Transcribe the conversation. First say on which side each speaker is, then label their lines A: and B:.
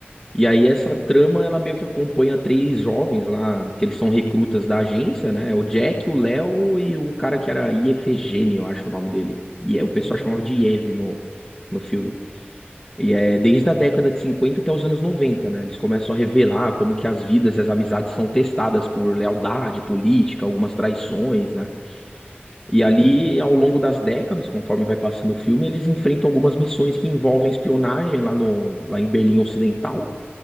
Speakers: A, on the left (about 20°); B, on the left (about 60°).
A: E aí essa
B: Caramba.
A: trama ela meio que acompanha três jovens lá, que eles são recrutas da agência, né? O Jack, o Léo e um cara que era Iefegênio, eu acho o nome dele. E é- o pessoal
B: Aham.
A: chamava de Iev no, no filme. E é desde a década de 50 até os anos 90, né? Eles começam a revelar como que as vidas e as amizades são testadas por lealdade política, algumas traições, né? E ali,
B: aham.
A: ao longo das décadas, conforme vai passando o filme, eles enfrentam algumas missões que envolvem espionagem lá no, lá em Berlim Ocidental,